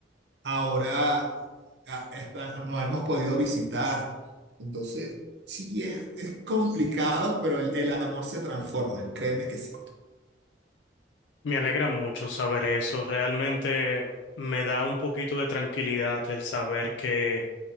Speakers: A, on the right (about 70°); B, on the left (about 80°).
A: ahora a- está- no hemos podido visitar. Entonces, sí, es, es complicado, pero el, el amor se transforma, créeme que sí.
B: Me alegra mucho saber eso. Realmente me da un poquito de tranquilidad el saber que